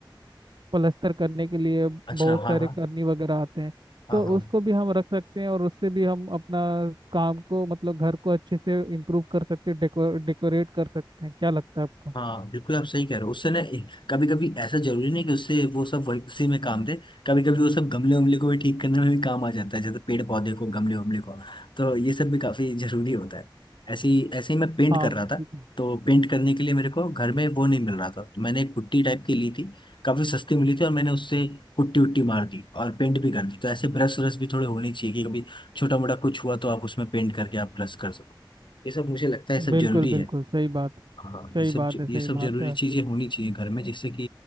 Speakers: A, on the right; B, on the left.
A: प्लास्टर करने के लिए
B: अच्छा
A: बहुत
B: हाँ
A: सारे
B: हाँ
A: करनी वगैरह आते हैं
B: हाँ
A: तो
B: हाँ
A: उसको भी हम रख सकते हैं और उससे भी हम अपना काम को मतलब घर को अच्छे से इम्प्रूव कर सकते हैं डेकोर डेकोरेट कर सकते हैं क्या लगता है आपको
B: हाँ बिल्कुल आप सही कह रहे हो उससे ना कभी कभी ऐसा जरूरी नहीं कि उससे वो सब वही उसी में काम दे कभी कभी वो सब गमले उमले को भी ठीक करने में भी काम आ जाता है जैसे पेड़ पौधे को गमले उमले को तो ये सब भी काफी जरूरी होता है ऐसे ही ऐसे ही मैं पेंट
A: हाँ
B: कर रहा
A: बिल्कुल
B: था तो पेंट करने के लिए मेरे को घर में वो नहीं मिल रहा था तो मैंने एक पुट्टी टाइप की ली थी काफी सस्ती मिली थी और मैंने उससे पुट्टी उट्टी मार दी और पेंट भी कर दी तो ऐसे ब्रश व्रश भी थोड़े होने चाहिए कि कभी छोटा मोटा कुछ हुआ तो आप उसमें पेंट करके आप ब्रश कर सको ये सब मुझे लगता है सब
A: बिल्कुल
B: जरूरी
A: बिल्कुल
B: है
A: सही बात है
B: हाँ
A: सही
B: ये सब
A: बात है
B: ये
A: सही
B: सब
A: बात
B: जरूरी
A: है
B: चीजें होनी चाहिए घर में जिससे कि